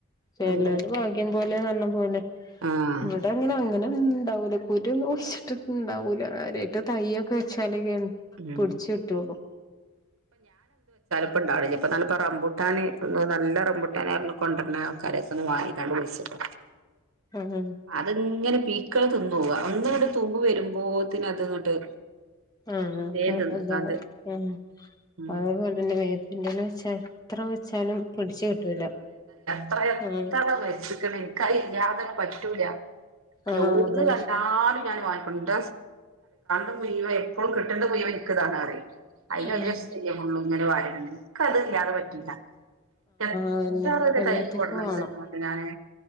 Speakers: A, on the left; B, on the right.
A: ചെലോലെ
B: നല്ല
A: ഭാഗ്യം പോലേന്ന് പറഞ്ഞപോലെ
B: ആഹ്
A: ഇവിടെ അങ്ങനെ അങ്ങനെ ഉണ്ടാവൂല കുരു ഒന്നും കുഴിച്ചിട്ട് ഇണ്ടാവൂല കാര്യായിട്ട് തയ്യൊക്കെ വെച്ചാലക്കേണ്
B: ഉം
A: പിടിച്ച് കിട്ടൊള്ളു
B: ഇപ്പണ്ടാവ്ണ്ല്ല ഇപ്പൊന്നാള്പ്പൊ റംബുട്ടാൻ നല്ല റംബുട്ടാന് പറഞ്ഞ് കൊണ്ടര്ണ ആൾക്കാരെ എര്ത്ത്ന്ന് വങ്ങിക്കാണ്ട് കുഴിച്ചിട്ട
A: ഉം ഉം
B: അത്ങ്ങനെ പീക്കള് തിന്നു പോവ ഒന്ന് ഇങ്ങ്ട്ട് തൂമ്പ് വരുമ്പോത്തിന് അത് ഇങ്ങട്ട്
A: ആഹ്
B: വെറുതേം
A: ക്കെ
B: തിന്ന്ക്കാണ്ട്
A: നല്ല ആഹ്
B: ഉം
A: അതേപോലെന്നെ വേപ്പിന്റെ എല വെച്ചാ എത്ര വെച്ചാലും പിടിച്ചു കിട്ടൂല
B: എത്രയത്ര
A: ആഹ്
B: വെച്ച്ക്ക്ണ് ഇക് അയില്ലാത പറ്റൂല
A: ആഹ്
B: യഹുട്ന്ന്
A: അതെ
B: കണ്ടാലും ഞാൻ വാങ്ങിക്കൊണ്ട <unintelligible> മുഴുവ എപ്പളും കിട്ടേണ്ട മുഴുവം ഇന്ക്ക് താണ് പറിം അയിന്
A: ആഹ്
B: വലിയ ഇഷ്ട ഫുള്ളും ഇങ്ങനെ വാരിട്ണ ഇന്ക്കത് ഇലാതെ പറ്റില്ല എത്ര
A: അതന്നെ
B: <unintelligible>
A: എല്ലാത്തിക്കും വേണം
B: ഞാന്